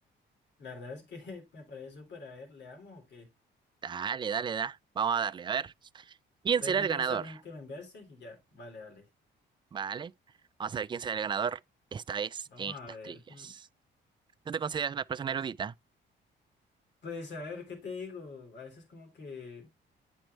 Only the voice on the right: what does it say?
Dale, dale, da. Vamos a darle, a ver.
¿Quién será
el
ganador?
¿Vale? Vamos a ver quién será el ganador esta vez
en estas
trivias.
¿Tú te consideras una persona
erudita?